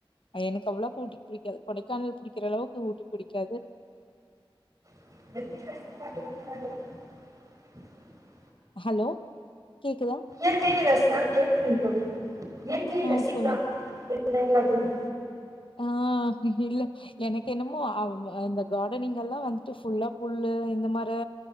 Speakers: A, on the left (about 60°); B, on the right (about 35°).
A: எனக்கு அவ்வளவு உட்டி பிடிக்காது கொடைக்கானல் பிடிக்கிற அளவுக்கு ஊட்டி பிடிக்காது
B: <unintelligible>
A: ஹலோ கேக்குதா
B: எ க அஸ் கேக்குங்க <unintelligible> இயற்கைய
A: ஆ
B: ரசிக்கலா
A: சொல்லுங்
B: கேக்குதுங்களா தோழி
A: ஆஹ் இல்ல எனக்கு என்னமோ ஆவு அந்த கார்டனிங் எல்லாம் வந்துட்டு ஃபுல்லா புல்லு இந்த மாரி